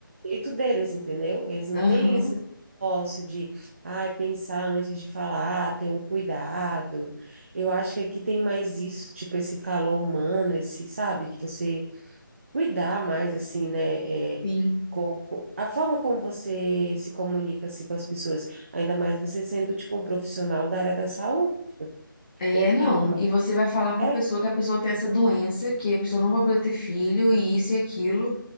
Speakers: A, on the right; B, on the left.
A: jeito deles, entendeu? Eles não
B: aham,
A: têm esse negócio de, ai, pensar antes de falar, ter um cuidado. Eu acho que aqui tem mais isso, tipo, esse calor humano, esse, sabe, de você cuidar mais, assim, né? É,
B: sim.
A: com, com- a forma como você se comunica, assim, com as pessoas, ainda mais você sendo, tipo, um profissional da área da saúde.
B: É,
A: É,
B: não. E você vai falar com
A: é,
B: a pessoa que a pessoa tem essa doença, que a pessoa não vai poder ter filho, e isso e aquilo.